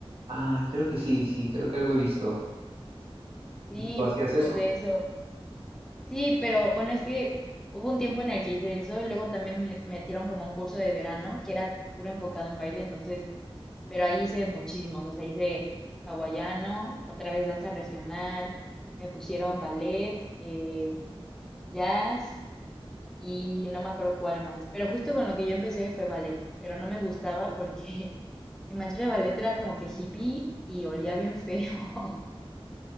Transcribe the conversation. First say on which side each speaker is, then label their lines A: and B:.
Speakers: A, on the right (about 70°); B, in the centre.
A: Ah, creo que sí, sí, creo que algo he visto.
B: Sí,
A: ¿Y tú hacías eso?
B: pues de eso. Sí, pero bueno, es que hubo un tiempo en el que hice eso, y luego también me metieron como un curso de verano que era puro enfocado en baile, entonces pero ahí hice muchísimos, o sea, hice hawaiano, otra vez danza regional, me pusieron ballet, eh, jazz y no me acuerdo cuál más, pero justo con lo que yo empecé fue ballet, pero no me gustaba porque <laughs> mi maestra de ballet era como que hippie y olía bien feo. <laughs>